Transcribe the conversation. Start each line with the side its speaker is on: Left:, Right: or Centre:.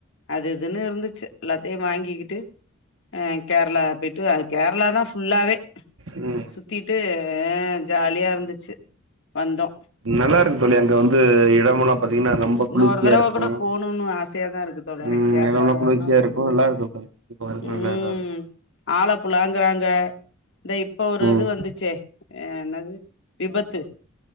Left: அது இதுன்னு இருந்துச்சி எல்லாத்தையு வாங்கிக்கிட்டு அ கேரளா பேட் ட்டு அது கேரளாதா ஃபுல்லாவே
Right: ம்
Left: சுத்திட்டு ஜாலியா இருந்து ச்சி வந்தோ
Right: நல்லா இருக்கு தோழி அங்க வந்து இடம்ல்லா பாத்தீங்கன்னா ரொம்ப
Left: இன்னொரு
Right: குளிர்ச்சியா
Left: தடவ
Right: இருக்கு
Left: கூட போணுன்னு ஆசையா தா இருக்கு தோழரே
Right: ம்
Left: கேரளானா
Right: எடல்லா குளிர்ச்சியா
Left: போனு
Right: இருக்கு நல்லா இருக்கு சுத்தி பாக்குறதுக்கு
Left: ம்
Right: நல்லா இதா இருக்கு
Left: ஆலப்புளாங்கறாங்க இந்த இப்போ ஒரு
Right: ம்
Left: இது வந்துசே ஏ என்னது விபத்து